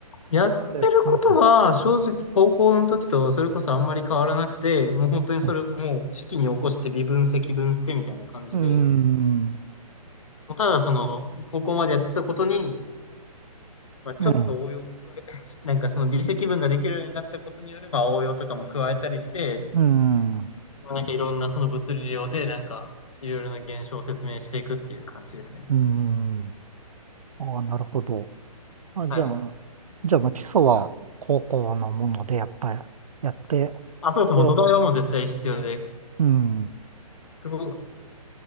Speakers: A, on the left; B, on the right.
A: やってることは、
B: で熱
A: 正直高校の時とそれこそあんまり変わらなくて、もう本当にそれ、
B: え
A: もう式に起こして微分積分してみたいな感じで、
B: うーん、
A: もうただその、高校までやってたことに、まあ、ちょっと応用も加えたりし、
B: ええ、
A: <laughs> なんかその微積分ができるようになったことによる、まあ応用とかも加えたりして、
B: うーん、う
A: まあなんかいろんなその物理量で、なんか、いろいろな現象を説明していくっていう感じですね。
B: ーん、ああ、なるほど。あ、じゃあ、
A: はい。
B: じゃあ、まあ、基礎は高校のもので、やっぱりやって、
A: あ、そうそう、
B: で
A: もう土台はもう絶対必要で、
B: うん、
A: すごく、